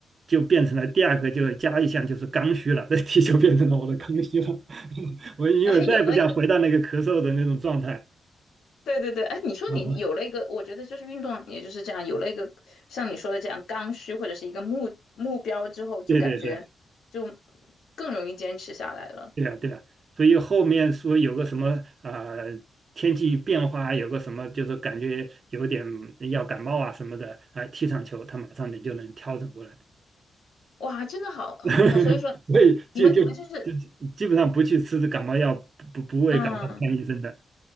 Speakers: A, on the right; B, on the left.
A: 就变成了第二个，就加一项就是刚需了，这题就变成了我的刚需了。<laughs> 我因为再也不想回到那个咳嗽的那种状态。
B: 还有了一个，对对对，哎，你说你有了一个，
A: <laughs>
B: 我觉得就是运动，也就是这样，有了一个像你说的这样刚需或者是一个目目标之后，就感觉就
A: 对对对。
B: 更容易坚持下来了。
A: 对呀，对呀，所以后面说有个什么啊，天气变化，有个什么就是感觉有点要感冒啊什么的，哎，踢场球他马上你就能调整过来，
B: 哇，真的好好厉害！
A: <laughs>
B: 所以说，
A: 所以就就就基本上不去吃感冒药，
B: 你们你们就是，
A: 不不不为感冒看医生的。
B: 嗯，